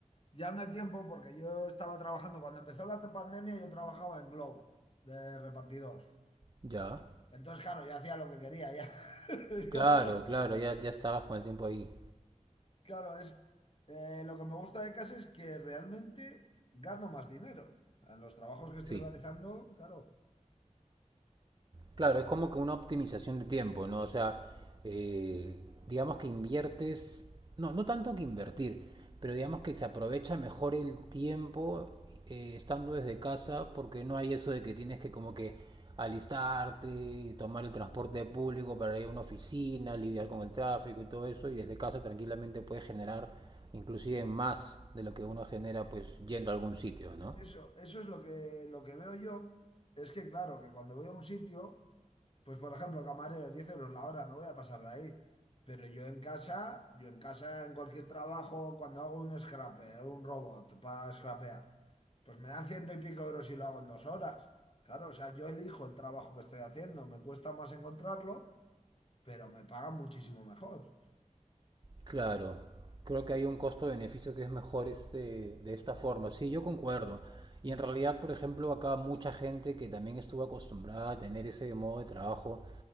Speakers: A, on the left; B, on the right.
A: ya no el tiempo, porque yo estaba trabajando, cuando empezó la pandemia yo trabajaba en Globo, de repartidor.
B: Ya.
A: Entonces, claro, ya hacía lo que quería, ya. <laughs>
B: Claro,
A: Ya estaba-
B: claro, ya, ya estabas con el tiempo ahí.
A: Claro, es, eh, lo que me gusta de casa es que realmente gano más dinero. En los trabajos que estoy
B: Sí.
A: realizando, claro.
B: Claro, es como que una optimización de tiempo, ¿no? O sea, eh, digamos que inviertes, no, no tanto que invertir, pero digamos que se aprovecha mejor el tiempo eh, estando desde casa porque no hay eso de que tienes que como que alistarte, tomar el transporte público para ir a una oficina, lidiar con el tráfico y todo eso, y desde casa tranquilamente puedes generar inclusive más de lo que uno genera pues yendo a algún sitio, ¿no?
A: Eso, eso es lo que, lo que veo yo. Es que, claro, que cuando voy a un sitio, pues por ejemplo, camarero, 10 euros la hora, no voy a pasar de ahí. Pero yo en casa, yo en casa, en cualquier trabajo, cuando hago un scraper, un robot para scrapear, pues me dan ciento y pico euros y lo hago en dos horas. Claro, o sea, yo elijo el trabajo que estoy haciendo, me cuesta más encontrarlo, pero me pagan muchísimo mejor.
B: Claro, creo que hay un costo-beneficio que es mejor este, de esta forma. Sí, yo concuerdo. Y
A: <laughs>
B: en realidad, por ejemplo, acá mucha gente que también estuvo acostumbrada a tener ese modo de trabajo,